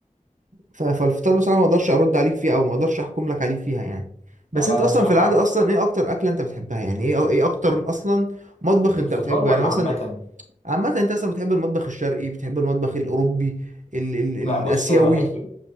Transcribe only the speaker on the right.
ف- فالفطار بصراحه ما اقدرش ارد عليك فيه او ما اقدرش احكم لك عليه فيها يعني بس
انت
اصلا
في العاده اصلا ايه اكتر اكله انت بتحبها يعني ايه ايه اكتر اصلا مطبخ
انت
بتحبه
يعني مثلا
عامة انت اصلا بتحب المطبخ الشرقي بتحب المطبخ الاوروبي ال ال الاسيوي